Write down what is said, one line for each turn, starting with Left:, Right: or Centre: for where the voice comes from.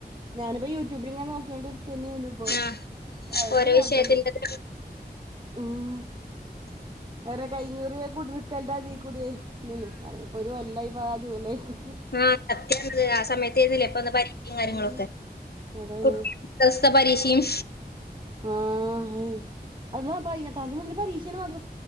Right: ഞാനിപ്പോ യൂട്യൂബിൽ ഇങ്ങനെ നോക്കോണ്ടിരിക്കന്നെ ഇപ്പൊ
Left: ആഹ്
Right: അയിനെ
Left: ഓരോ
Right: കാട്ടല്
Left: വിഷയത്തിന്റെത്
Right: ഉം വേറെ കഴഞ്ഞൂറ് രൂപ കൊടുക്കല്ല <inaudible> പാത കുടിയ <inaudible> നിനുപ്പൊ ഒരു എല്ല <inaudible> ാജോലേക്ക <inaudible>
Left: ആഹ സത്യ ആ സമയത്ത്ന്നില്ല ഇപ്പ പരീക്ഷയും
Right: ഉം
Left: കാര്യങ്ങളൊക്കെ
Right: അതാണ്
Left: കുട്ടിക സ പരീശയും
Right: ആഹ! ഉം അള്ളോഹ് പയിനട്ടാതി മുതൽ പരീഷയാണ് മദ്ര